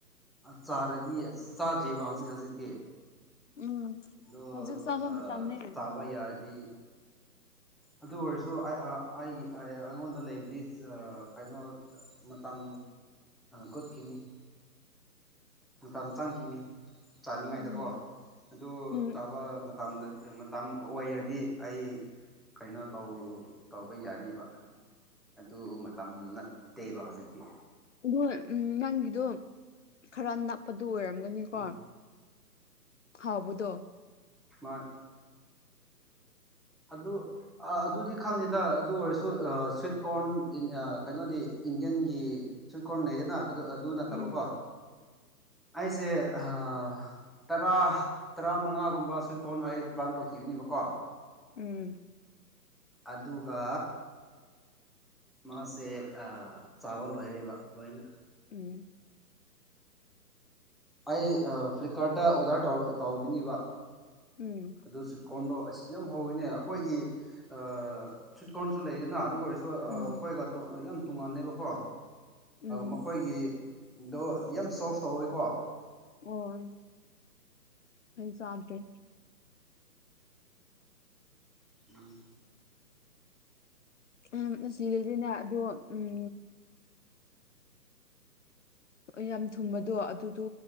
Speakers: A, in the centre; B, on the left.
A: ꯆꯥꯔꯗꯤ ꯆꯥꯗ꯭ꯔꯤꯕꯣ ꯍꯧꯖꯤꯛ ꯍꯧꯖꯤꯛꯇꯤ
B: ꯎꯝ
A: ꯑꯗꯣ
B: ꯍꯧꯖꯤꯛ ꯆꯥꯕ
A: ꯑꯥ
B: ꯃꯇꯝꯅꯦ
A: ꯆꯥꯕ ꯌꯥꯔꯗꯤ ꯑꯗꯨ ꯑꯣꯏꯔꯁꯨ ꯑꯩ ꯑꯥ ꯑꯩꯒꯤ ꯑꯌꯦ ꯑꯩꯉꯣꯟꯗ ꯂꯩꯕꯗꯤ ꯆ ꯀꯩꯅꯣ ꯃꯇꯝ ꯀꯨꯠꯈꯤꯅꯤ
B: <inaudible>
A: ꯃꯇꯝ ꯆꯪꯈꯤꯅꯤ ꯆꯥꯅꯤꯡꯉꯥꯏꯗꯀꯣ
B: ꯎꯝ
A: ꯑꯗꯨ
B: ꯎꯝ
A: ꯆꯥꯕ ꯃꯇꯝꯗꯗꯤ ꯃꯇꯝ ꯑꯣꯏꯔꯗꯤ ꯑꯩ ꯀꯩꯅꯣ ꯇꯧ ꯇꯧꯕ ꯌꯥꯅꯤꯕ ꯑꯗꯨ ꯃꯇꯝ ꯅꯠꯇꯦꯕ ꯍꯧꯖꯤꯛꯇꯤ
B: ꯑꯗꯣ ꯎꯝ ꯅꯪꯒꯤꯗꯣ ꯈꯔ ꯅꯞꯄꯗꯨ ꯑꯣꯏꯔꯝꯒꯅꯤꯀꯣ
A: ꯎꯝ
B: ꯍꯥꯎꯕꯗꯣ
A: ꯃꯥꯟ ꯑꯗꯨ ꯑ ꯑꯗꯨꯗꯤ ꯈꯪꯗꯦꯗ ꯑꯗꯨ ꯑꯣꯏꯔꯁꯨ ꯑꯥ ꯁ꯭ꯋꯤꯠ ꯀꯣꯔꯟ ꯏꯟ ꯑ ꯀꯩꯅꯣꯗꯤ ꯏꯟꯗꯤꯌꯟꯒꯤ ꯁ꯭ꯋꯤꯠ ꯀꯣꯔꯟ ꯂꯩꯗꯅ ꯑꯗꯨ ꯑ ꯑꯗꯨ ꯅꯠꯇꯕ
B: ꯎꯝ
A: ꯀꯣ ꯑꯩꯁꯦ ꯑꯍꯥ ꯇꯔꯥ ꯇꯔꯥ ꯃꯉꯥꯒꯨꯝꯕ ꯁꯨꯏꯠ ꯀꯣꯟ ꯑꯩ ꯄ꯭ꯂꯥꯟ ꯇꯧꯈꯤꯅꯤꯕꯀꯣ
B: ꯎꯝ
A: ꯑꯗꯨꯒ ꯃꯥꯁꯦ ꯑꯥ ꯆꯥꯕ ꯂꯣꯏꯔꯦꯕ ꯂꯣꯏꯅ
B: ꯎꯝ
A: ꯑꯩ ꯑꯥ ꯐ꯭ꯂꯤꯞꯀꯥꯔꯠꯇ ꯑꯣꯗꯔ ꯇꯧ ꯇꯧꯒꯅꯤꯕ
B: ꯎꯝ
A: ꯑꯗꯨ ꯁ꯭ꯋꯤꯠ ꯀꯣꯔꯟꯗꯣ ꯑꯁ ꯌꯥꯝ ꯍꯧꯋꯤꯅꯦ ꯑꯩꯈꯣꯏꯒꯤ ꯑꯥ ꯁ꯭ꯋꯤꯠ ꯀꯣꯟꯁꯨ ꯂꯩꯗꯅ ꯑꯗꯨ ꯑꯣꯏꯔꯁꯨ ꯁꯨ ꯑꯩꯈꯣꯏꯒ
B: ꯎꯝ
A: ꯌꯥꯝ ꯇꯣꯉꯥꯂꯦꯕꯀꯣ
B: ꯎꯝ
A: ꯃꯈꯣꯏꯒꯤ ꯑꯗꯣ ꯌꯥꯝ ꯁꯣꯐ ꯇꯧꯋꯤꯀꯣ
B: ꯑꯣ ꯑꯩ ꯆꯥꯗꯔꯤ
A: ꯑꯝ
B: ꯎꯝ ꯑꯁꯤꯗꯗꯤꯅꯦ ꯑꯗꯣ ꯎꯝ ꯌꯥꯝ ꯊꯨꯝꯕꯗꯣ ꯑꯗꯨꯗꯣ